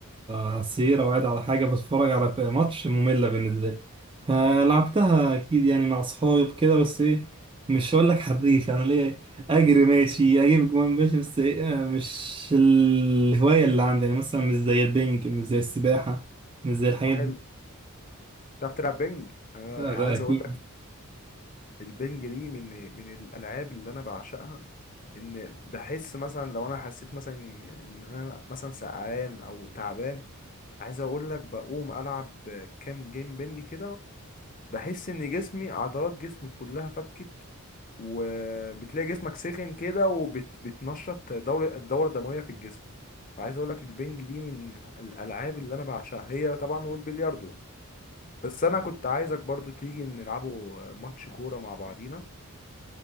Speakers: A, on the right; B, on the left.
A: على السرير أو قاعد على حاجة بتفرج على ماتش مملة بالنسبة لي فلعبتها أكيد يعني مع أصحابي وكده بس إيه مش هقول لك حريف يعني ليه أجري ماشي أجيب جوان ماشي بس إيه مش الهواية اللي عندي يعني مثلا مش زي البنج مش زي السباحة مش زي الحاجات
B: وحلو
A: دي
B: تعرف تلعب بنج انا
A: لا، ده
B: عايز
A: أكيد
B: اقول لك البنج دي من من الالعاب اللي انا بعشقها ان بحس مثلا لو انا حسيت مثلا ان انا مثلا سقعان او تعبان عايز اقول لك بقوم العب كام جيم بنج كده بحس ان جسمي عضلات جسمي كلها فكت وبتلاقي جسمك سخن كده وبتنشط دورة الدورة الدموية في الجسم فعايز اقول لك البنج دي من الالعاب اللي انا بعشقها هي طبعا والبلياردو بس انا كنت عايزك برضو تيجي نلعبوا ماتش كورة مع بعضينا